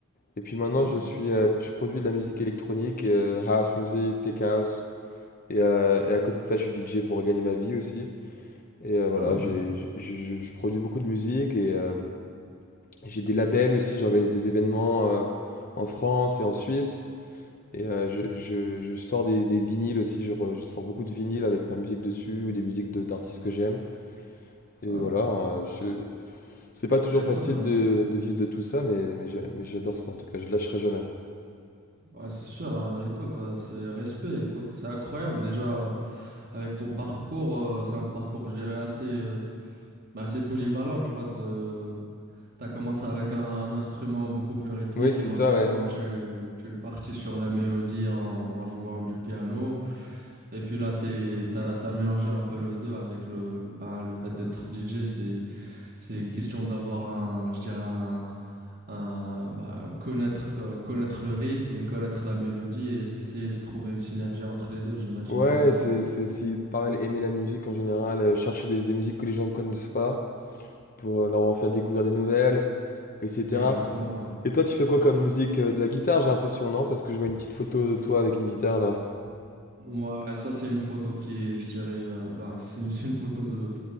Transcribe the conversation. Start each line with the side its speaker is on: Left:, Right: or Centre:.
Left: Et puis maintenant,
Right: ok.
Left: je suis, euh, je produis de la musique électronique, euh, house music, tech house. Et, euh, et à côté de ça, je suis DJ pour gagner ma vie aussi. Et euh, voilà,
Right: Ah ok,
Left: j'ai, j'ai- j'ai- je je produis beaucoup de musique et euh, j'ai des labels aussi. J'organise des événements euh, en France et en Suisse. Et euh, je, je, je sors des, des vinyles aussi. Je, re- je sors beaucoup de vinyles avec ma musique dessus ou des musiques de, d'artistes que j'aime. Et
Right: ah
Left: voilà,
Right: ok.
Left: hein, je, C'est pas toujours
Right: Bah écoute,
Left: facile
Right: euh,
Left: de,
Right: c'est
Left: de vivre de tout ça, mais, mais j'a- mais j'adore ça, en tout cas, je lâcherai jamais.
Right: ouais, c'est sûr, hein. Bah, écoute, euh, c'est respect, écoute, c'est incroyable déjà euh, avec ton parcours, euh, c'est un parcours je dirais assez, euh, bah, assez polyvalent, tu vois, te- t'as commencé avec un, un instrument beaucoup plus rythmique,
Left: Oui, c'est
Right: éventuellement
Left: ça, ouais.
Right: tu, tu es parti sur la mélodie en, en jouant du piano, et puis là t'es, t'as, t'as mélangé un peu le deux avec le, bah, le fait d'être DJ, C'est question d'avoir un, je dirais un, un- bah, connaître, euh, connaître le rythme et connaître la mélodie et essayer de trouver une synergie entre les deux, j'imagine,
Left: Ouais,
Right: tu vois, je...
Left: c'est c'est aussi pareil, aimer la musique en général, euh, chercher des, des musiques que les gens ne connaissent pas, pour euh, leur en faire découvrir des nouvelles, etc.
Right: Exactement.
Left: Et toi, tu fais quoi
Right: Ouais, c'est
Left: comme
Right: ça.
Left: musique? euh, De la guitare, j'ai l'impression, non? Parce que je vois une petite photo de toi avec une guitare, là.
Right: Moi, ça, c'est une photo qui est, je dirais, euh, bah, c'est c'est une photo de,